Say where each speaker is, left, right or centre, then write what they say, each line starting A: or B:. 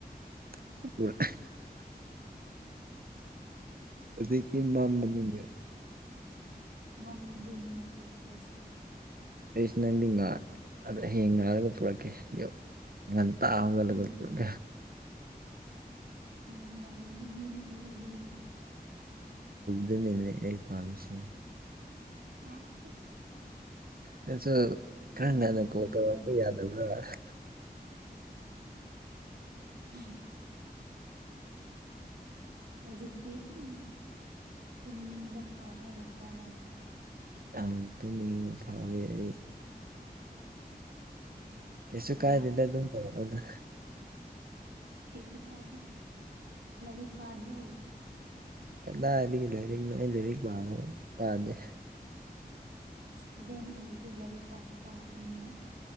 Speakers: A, on the right (about 65°); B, on the right (about 80°).
A: <unintelligible> ꯑꯗꯨꯀꯤ
B: ꯍꯨꯝ,
A: ꯃꯥ ꯃꯃꯤꯡꯗꯦ
B: ꯃꯝꯕꯗꯨꯅꯅꯦ ꯄꯨꯔꯛꯇꯣꯏꯁꯦ
A: ꯑꯩꯁꯨ ꯅꯪꯗꯤ ꯍꯌꯦꯡ ꯉꯥꯔꯒ ꯄꯨꯔꯛꯀꯦ ꯉꯟ ꯇ ꯍꯧꯒꯠꯂꯒ
B: ꯍꯌꯦꯡ
A: ꯄꯨꯔꯀꯦ
B: ꯍꯌꯦꯡ ꯉꯥꯜꯂꯗꯤ ꯃꯤꯅ ꯎꯔꯅꯤ
A: ꯑꯗꯨꯅꯤꯅꯦ ꯑꯩ ꯄꯥꯝꯃꯤꯁꯤ
B: <unintelligible>
A: ꯅꯁꯨ
B: ꯑꯣ
A: ꯈꯔꯥ
B: ꯃꯥꯏ
A: ꯉꯟꯅ
B: ꯒꯣꯗꯅꯤꯀꯣ
A: ꯀꯣꯜ ꯇꯧꯔꯛꯄ
B: ꯅꯪꯁꯦ
A: ꯌꯥꯗꯕꯔ <inaudible>
B: <unintelligible> ꯍꯧꯖꯤꯛꯇꯤ ꯑꯗꯨꯝ ꯇꯨꯝꯅꯤꯡꯕ ꯐꯥꯎꯔꯒ ꯂꯩꯕ ꯅꯪ
A: ꯌꯥꯝ ꯇꯨꯝ ꯅꯤꯡ ꯐꯥꯎꯋꯦ ꯑꯩ ꯀꯩꯁꯨ
B: ꯊꯥ
A: ꯀꯥꯏꯗꯦꯗ ꯑꯗꯨꯝ ꯑꯗꯨꯗ
B: ꯀꯩꯁꯨ ꯀꯥꯏꯗꯦ ꯂꯥꯏꯔꯤꯛ ꯄꯥꯗ꯭ꯔꯣ
A: ꯀꯗꯥꯒ ꯂꯥꯏꯔꯤꯛꯅꯣ ꯑꯩ ꯂꯥꯏꯔꯤꯛ ꯄꯥꯕ ꯌꯥꯗꯦ
B: ꯏꯁꯇꯨꯗꯦꯟ ꯑꯣꯏꯔꯗꯤ ꯂꯥꯏꯔꯤꯛ ꯄꯥꯕ ꯇꯥꯕꯅꯤꯅꯦ